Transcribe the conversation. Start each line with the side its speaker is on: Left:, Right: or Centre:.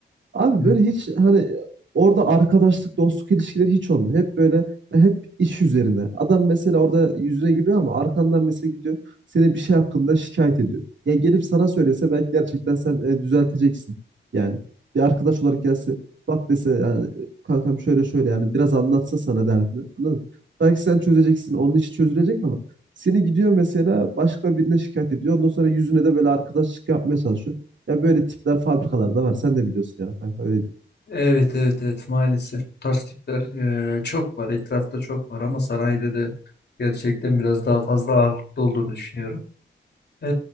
Right: Abi
Left: Evet.
Right: böyle hiç hani orada arkadaşlık, dostluk ilişkileri hiç olmuyor. Hep böyle hep iş üzerine. Adam mesela orada yüzüne gülüyor ama arkandan mesela gidiyor seni bir şey hakkında şikayet ediyor. Ya gelip sana söylese belki gerçekten sen e, düzelteceksin. Yani bir arkadaş olarak gelse bak dese yani kankam şöyle şöyle yani biraz anlatsa sana derdini. Anladın mı? Belki sen çözeceksin, onun işi çözülecek ama seni gidiyor mesela başka birine şikayet ediyor. Ondan sonra yüzüne de böyle arkadaşlık yapmaya çalışıyor. Ya böyle tipler fabrikalarda var. Sen de biliyorsun yani kanka öyle değil.
Left: Evet evet evet maalesef bu tarz tipler e, çok var etrafta çok var ama sanayide de gerçekten biraz daha fazla ağırlıklı olduğunu düşünüyorum. Ee,